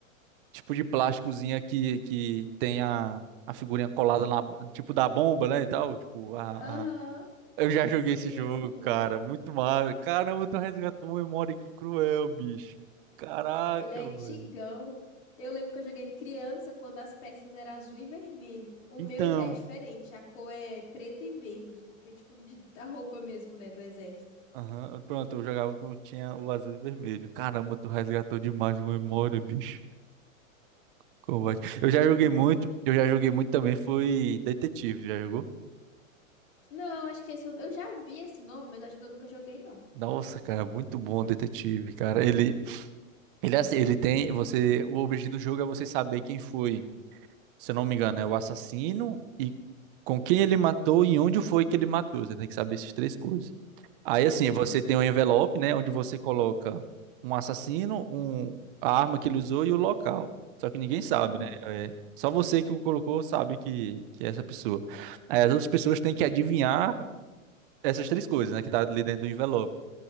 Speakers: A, on the right; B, on the left.
A: tipo de plásticozinha que, que tem a, a figurinha colada na, bo- tipo da bomba, né, e tal. Tipo, a,
B: Aham,
A: Eu já
B: sim,
A: joguei esse jogo,
B: é esse mesmo.
A: cara. Muito mal. Caramba, tu resgatou uma memória que cruel, bicho. Caraca,
B: Ele é antigão.
A: velho.
B: Eu lembro que eu joguei ele criança, quando as peças eram azul e vermelho. O
A: Então.
B: meu já é diferente, a cor é preta e verde, que é tipo de- da roupa mesmo, né, do exército.
A: Aham, pronto, eu jogava quando tinha o azul e vermelho. Caramba, tu resgatou demais uma memória, bicho. Combate.
B: Muito
A: Eu já joguei
B: bom.
A: muito, eu já joguei muito também, foi Detetive, já jogou?
B: Não, acho que esse eu, eu já vi esse nome, mas acho que eu nunca joguei, não.
A: Nossa, cara, muito bom o Detetive, cara. Ele, ele é assim, ele tem, você, o objetivo do jogo é você saber quem foi. se eu não me engano, é o assassino e com quem ele matou e onde foi que ele matou. Você tem que saber essas três coisas. Aí, assim,
B: Uhum,
A: você tem um envelope, né, onde você coloca um assassino, um, a arma que ele usou e o local. Só que ninguém sabe,
B: aham,
A: né? É, só você que o colocou sabe que, que é essa pessoa. Aí, as outras pessoas têm que adivinhar essas três coisas, né, que tá ali dentro do envelope.